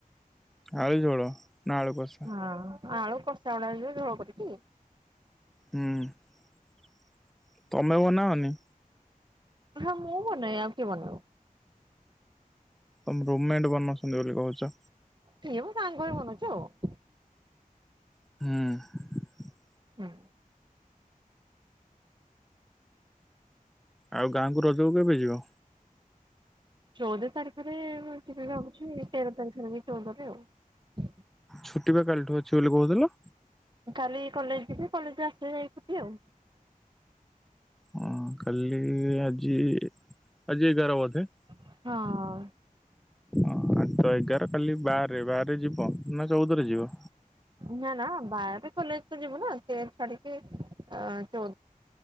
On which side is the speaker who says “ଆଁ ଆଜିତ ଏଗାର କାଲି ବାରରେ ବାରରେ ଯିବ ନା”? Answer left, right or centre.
Centre